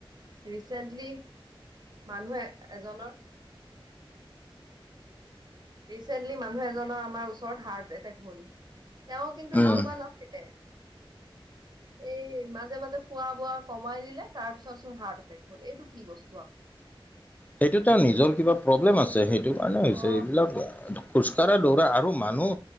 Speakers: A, on the right (about 50°); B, on the left (about 15°).
A: ৰিচেণ্টলি। মানুহ এ এজনৰ। ৰিচেন্টলি মানুহ এজনৰ আমাৰ ওচৰত হাৰ্ট এটেক হ'ল। তেওঁ কিন্তু
B: উম
A: সেনেকুৱা নাছিলে। এই মাজে মাজে খোৱা বোৱা কমাই দিলে তাৰ পিছতচোন হাৰ্ট এটেক হ'ল এইটো কি বস্তু আক <inaudible>
B: সেইটো তাৰ নিজৰ কিবা প্ৰব্লেম আছে, সেইটো কাৰণ হৈছে
A: অ
B: এইবিলাক খোজকাঢ়া দৌৰা আৰু মানুহ